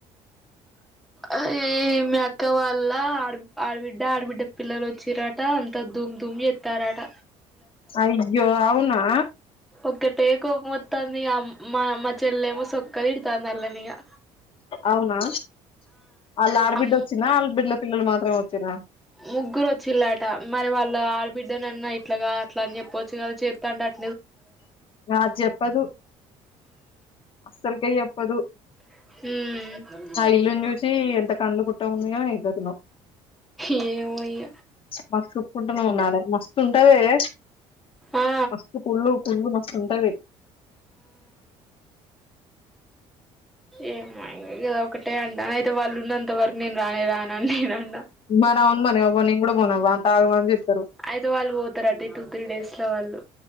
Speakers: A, in the centre; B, on the left.
A: అ ఈ మీ అక్క వాళ్ళ ఆడిబ్ ఆడబిడ్డ, ఆడబిడ్డ పిల్లలు వచ్చిర్రట ధూమ్ ధూమ్ ఎత్తారట
B: అయ్యో అవున్ నా
A: ఒక్కతే కోపమొత్తంది ఆమ్ మా మా చెల్లెమ్మ సోక్కా తిడతాంది వల్లనిగా
B: అవునా అళ్ళ ఆడబిడ్డొచ్చినా
A: అమ్
B: ఆళ్ బిడ్ల పిల్లోలు మాత్రమే వచ్చిర్రా
A: ముగ్గురు వచ్చిళ్ళట మరి వాళ్ళ ఆడబిడ్డనన్న ఇట్లాగా అట్లా అన్ జెప్పొచ్చు గదా చెప్తాండా అట్
B: నా జెప్పదు అస్సలుకే యోప్పుదు
A: హ్మ్
B: ఇల్లుని చూసి ఎంత కండ్లు కుట్ట ఉన్నయో ఏం కథనో
A: ఏమో ఇగ
B: మాకు చూప్పుకుంటూనే ఉన్నారు మస్తు ఉంటది గద
A: ఆ
B: మస్తు కుళ్ళు కుళ్ళు మస్తు ఉంటంది
A: ఏ ఒకటే అండ అయితే వాళ్ళు ఉన్నంత వరకు నేను రానే రాన నేను
B: మర అవును మరి ఒబో ని కూడా వన వాంతాగవన్నిస్
A: అయితే వాళ్ళు పోతారు అట టూ త్రీ డేస్ లో వాళ్ళు